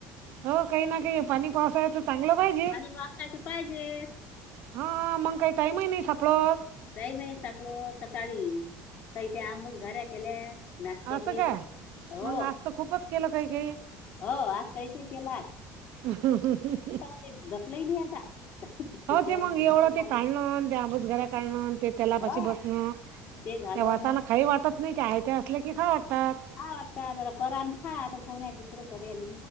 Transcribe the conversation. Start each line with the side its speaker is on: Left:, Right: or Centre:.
Right: हो काही न काही हे पाणी पावसाळ्याचंच चांगलं पाहिजे
Left: पाणी वाचायचं पाहिजे
Right: हा आ मंग काय टाईम ही नई सापडत.
Left: टाइम ही सापडत सकाळी काही त्या आंबचघाऱ्या केल्या. नाश्त्याले
Right: असं काय
Left: हो
Right: मग आज तर खूपच केलं काही काही
Left: हो आज काहीच नाही केलं आज.
Right: ह
Left: चालेल ढकलय नाही आता.
Right: हो
Left: जेवण
Right: ते मंग
Left: सकाळी
Right: एवढं
Left: खाल्लं
Right: ते काढलन दे आबोज घरा काढलन ते तेलापाशी
Left: हो
Right: बसणं
Left: झालं
Right: ते
Left: आणि
Right: वासाना
Left: मग
Right: खाई वाटत नाही ते आयते असले की खाउ वाटतात.
Left: खा वाटते तर करा अन खा, कोन आहे दुसर करायले.